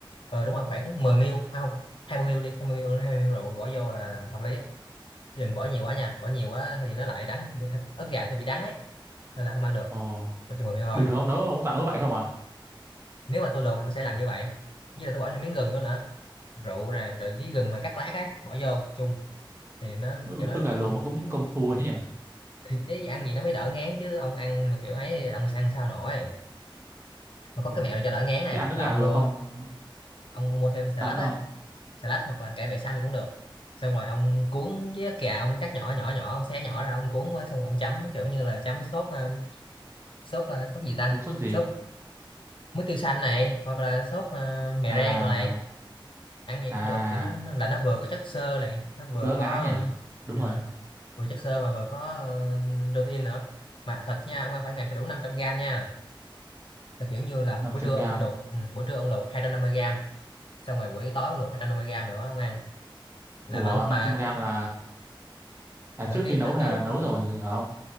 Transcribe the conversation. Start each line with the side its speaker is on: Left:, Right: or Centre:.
Left: ờ, đúng rồi khoảng 10 ml à, không 20 ml đi 20 ml 20 ml rượu bỏ vô là hợp lý đừng bỏ nhiều quá nha bỏ nhiều quá thì nó lại đắng bị- ớt gà thì bị đắng ấy nên là không ăn được
Right: ồ
Left: mà chừng 10 miếng thôi
Right: bình thường ông nấu ông toàn nấu vậy không à
Left: nếu mà tôi luộc thì tôi sẽ làm như vậy với lại tôi bỏ thêm miếng gừng vô nữa rượu này rồi với gừng mà cắt lát á bỏ vô chung thì nó
Right: ừ,
Left: kiểu nó
Right: ức gà
Left: nó
Right: luộc
Left: cũng
Right: mà cũng công phu ấy nhỉ
Left: thì để ăn gì nó mới đỡ ngán chứ ông ăn mà kiểu ấy ông ăn sao nổi mà có
Right: ừ.
Left: cái mẹo cho đỡ ngán này
Right: thế ăn ức
Left: là
Right: gà
Left: ông
Right: luộc
Left: mua
Right: không
Left: ông mua thêm xà
Right: sao
Left: lách
Right: nữa
Left: ấy
Right: không
Left: xà lách hoặc là cải bẹ xanh cũng được xong rồi ông cuốn với ớt gà ông cắt nhỏ nhỏ nhỏ ông xé nhỏ ra ông cuốn với xong ông chấm kiểu như là chấm sốt ờ, sốt ờ, sốt gì ta
Right: không sốt gì
Left: sốt. muối tiêu xanh này hoặc là sốt ờ, mè
Right: à
Left: rang đồ này ăn gì
Right: à
Left: cũng được kiểu nó, nó là nó vừa có chất xơ này nó vừa
Right: cũng đỡ
Left: có
Right: ngán nhỉ
Left: ừm,
Right: đúng
Left: ừm,
Right: rồi
Left: vừa chất xơ mà vừa có ờ, protein nữa mà thịt nha ông ăn phải ngày phải đủ 500 gram nha là kiểu như là
Right: 500
Left: buổi trưa
Right: gram
Left: ông sẽ luộc ừ, buổi trưa ông luộc 250 gram xong rồi buổi tối ông luộc 250 gram nữa ông ăn là
Right: ủa
Left: mà ông
Right: năm
Left: mà
Right: trăm gram
Left: cái,
Right: là À,
Left: nửa
Right: trước
Left: ký
Right: khi nấu
Left: nửa
Right: hay
Left: ký
Right: là nấu rồi hả ông?